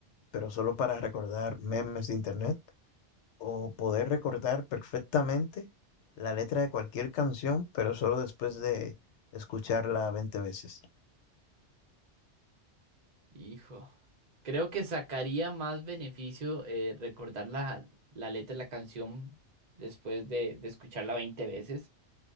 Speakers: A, on the left; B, on the right.
A: pero solo para recordar memes de internet? ¿O poder recordar perfectamente la letra de cualquier canción, pero solo después de escucharla 20 veces?
B: Hijo, creo que sacaría más beneficio eh, recordar la, la letra de la canción después de, de escucharla 20 veces.